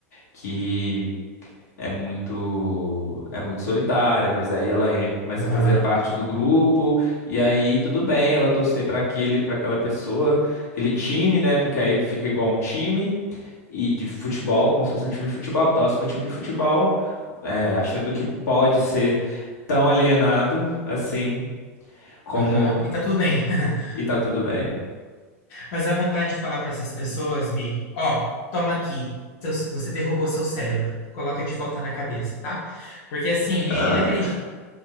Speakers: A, on the left (about 80°); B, on the left (about 55°).
A: que é muito é muito solitária, mas aí ela en- começa
B: Aham,
A: a fazer parte do grupo e aí tudo bem, ela torcer para aquele para aquela pessoa, aquele time, né? Porque aí fica igual um time e de futebol, como se fosse um time de futebol, torce pro time de futebol, é, achando que pode ser tão alienado assim como
B: aham, e tá tudo bem. <laughs>
A: e tá tudo bem.
B: Mas a vontade de falar para essas pessoas, Mi, ó, toma aqui, seu- você derrubou seu cérebro, coloca de volta na cabeça, tá? Porque assim,
A: Ah,
B: é inacreditável